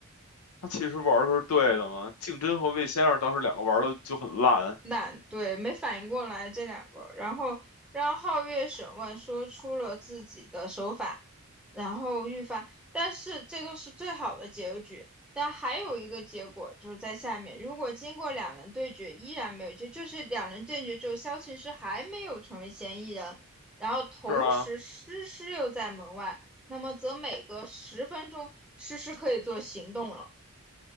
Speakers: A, on the left; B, in the centre.
A: 他其实玩儿的是对的嘛，竞争和魏先生当时两个玩儿的就很烂，
B: 懒，对，没反应过来这两个，然后让皓月审问，说出了自己的手法，然后预发，但是这个是最好的结局。但还有一个结果就是在下面，如果经过两轮对决依然没有结，就是两轮对决之后，萧琴师还没有成为嫌疑人，然后同时诗诗又在门外，
A: 是啊。
B: 那么则每隔十分钟，诗诗可以做行动了。